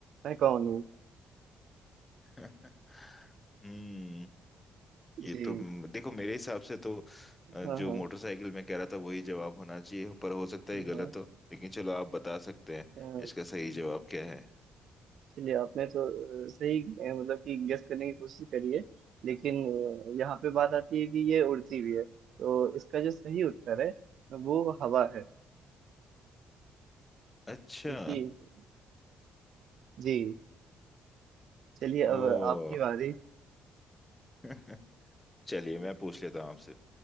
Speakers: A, on the right; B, on the left.
A: मैं कौन हूँ
B: <laughs> हम्म ये
A: जी
B: तो देखो मेरे हिसाब से तो अ,
A: हाँ
B: जो
A: हाँ
B: मोटरसाइकिल में कह रहा था वही जवाब होना चाहिए पर हो सकता है
A: हाँ
B: ये गलत हो लेकिन चलो आप बता सकते हैं
A: अ,
B: इसका सही जवाब क्या है
A: चलिए आपने तो अ, सही अ, मतलब कि गेस करने की कोशिश करी है लेकिन अ, यहाँ पे बात आती है कि ये उड़ती भी है तो इसका जो सही उत्तर है वो हवा है
B: अच्छा
A: क्योंकि <laughs> जी चलिए अब
B: <laughs> ओ
A: आपकी बारी
B: <laughs> चलिए मैं पूछ लेता हूँ आपसे